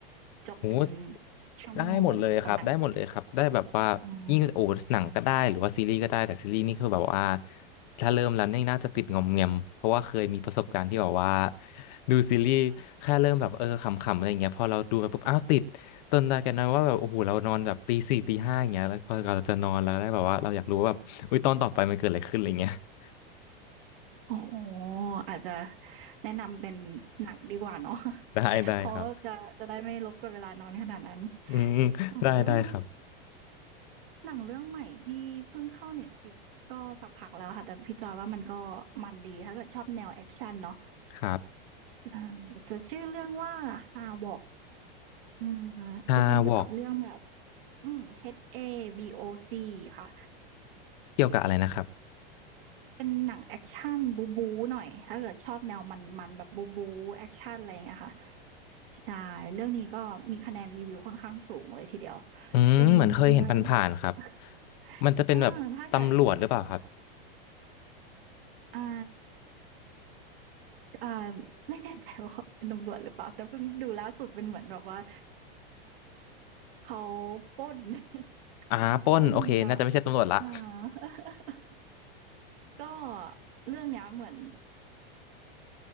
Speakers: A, on the right; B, on the left.
A: จบเป็น
B: โอ้
A: ชั่วโมงประมาณเนี้ย
B: ได้หมดเลยครับได้หมดเลยครับได้แบบว่ายิ่งโอ้หนังก็ได้หรือว่าซีรีส์ก็ได้แต่ซีรีส์นี่คือแบบว่า
A: อืม
B: ถ้าเริ่มแล้วนี่น่าจะติดงอมแงมเพราะว่าเคยมีประสบการณ์ที่แบบว่าดูซีรีส์แค่เริ่มแบบเออขำๆอะไรอย่างเงี้ยพอเราดูไปปุ๊บอ้าวติดจนได้กันนะว่าแบบโอ้โหเรานอนแบบตีสี่ตีห้าอย่างเงี้ยแล้วพอเราจะนอนแล้วได้แบบว่าเราอยากรู้ว่าแบบอุ้ยตอนต่อไปมันเกิดอะไรขึ้นอะไรเงี้ย
A: โ
B: <laughs>
A: อ้โหอาจจะแนะนำเป็นหนังดีกว่าเนาะ
B: ได้ได้ครับ
A: <laughs> เพราะจะจะได้ไม่รบกวนเวลานอนขนาดนั้น
B: อืมได้ได้ครับ
A: ของเรื่องหนังเรื่องใหม่ที่เพิ่งเข้าเน็ตฟ i ิกก็สักพักแล้วค่ะ แต่พี่จอยว่ามันก็มันดีถ้าเกิดชอบแนวแอคชั่นเนาะ
B: ครับ
A: ใช่จะชื่อเรื่องว่า Havok อืม
B: ฮาวอก
A: จะเป็นเกี่ยวกับเรื่องแบบอืม HAVOC ค่ะ
B: เกี่ยวกับอะไรนะครับ
A: เป็นหนังแอกชันบู๊บู๊หน่อยถ้าเกิดชอบแนวมันๆแบบบู๊บู๊แอกชันอะไรอย่างเงี้ยค่ะใช่เรื่องนี้ก็มีคะแนนรีวิวค่อนข้างสูงเลยทีเดียว
B: อืมเหมือนเคยเห็นผ่านๆครับ
A: เป็นเนื้อ <laughs>
B: มันจะเป็นแบบตำรวจหรือเปล่าครับ
A: อาถ้าเกิดอ่าอ่าไม่แน่ใจว่าเขาเป็นตำรวจหรือเปล่าแต่เพิ่งดูล่าสุดเป็นเหมือนแบบว่าเขาปล้น
B: อ่าปล้นโอเคน่าจะไม่ใช่ตำรวจละ
A: <laughs> ปล้นแล้วอา
B: <laughs>
A: ก็เรื่องเนี้ยเหมือน